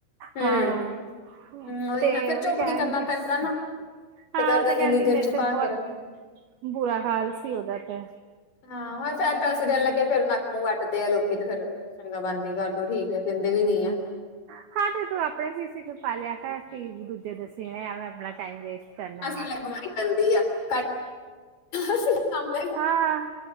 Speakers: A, on the left; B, on the right.
A: ਹੂੰ
B: ਹਾਂ,
A: ਹੂੰ ਉਹੀ
B: ਤੇ
A: ਨਾ ਫਿਰ
B: ਓਈ
A: ਝੁਕ
B: ਕੈਨ
A: ਕੇ ਕਰਨਾ
B: ਡੀ
A: ਪੈਂਦਾ
B: ਸੀ।
A: ਨਾ
B: ਹਾਂ,
A: ਗਰਦਨ
B: ਓਹ ਤੇ ਕੈੰਦੀ
A: ਇੰਨੀ ਦੇਰ
B: ਮੇਰੇ
A: ਝੁਕਾ
B: ਤੇ ਬੋਤ
A: ਕੇ ਰੱਖਣੀ
B: ਬੁਰਾ ਹਾਲ ਸੀ ਓਦਾ ਤੇ।
A: ਹਾਂ, ਹੋਰ ਫੈਰ ਪੈਸੇ ਦੇਨ ਲੱਗੇ ਫੇਰ ਨੱਕ-ਮੂੰਹ ਵੱਟਦੇ ਐ ਲੋਕੀ ਤੇ ਫੇਰ ਚੰਗਾ ਬੰਦ ਈ ਕਰ ਦੋ, ਠੀਕ ਐ, ਦਿੰਦੇ ਵੀ ਨਈ ਐ।
B: ਹਾਂ ਤੇ ਤੂੰ ਆਪਣੇ ਸੀ-ਸੀ ਕੇ ਪਾਲਿਆ ਕਰ, ਕਿ ਦੂਜੇ ਦੇ ਸੀਣੇ ਐਵੇਂ ਆਪਣਾ ਟਾਈਮ ਵੇਸਟ ਕਰਨਾ
A: ਐਸੀ
B: ਵਾ।
A: ਨਾਲ ਬਿਮਾਰੀ ਫੈਲਦੀ ਐ। ਕਰ ਅਸੀਂ ਇਨਾਮ ਲੈਣਾ,
B: ਹਾਂ